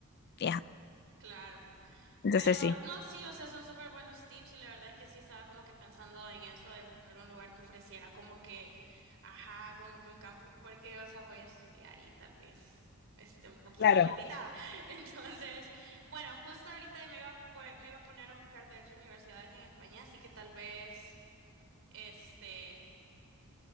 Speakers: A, on the left; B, on the right.
A: Ya,
B: claro.
A: Entonces
B: Pero
A: sí.
B: no, sí, o sea, son súper buenos tips y la verdad es que sí estaba como que pensando en eso de buscar un lugar que ofreciera como que, ajá, como que un campus porque, o sea, voy a estudiar y tal vez esté un poquito
A: Claro,
B: limitada. <laughs> Entonces, bueno, justo ahorita me iba, a pu- me iba a poner a buscar, de hecho, universidades en España, así que tal vez, este,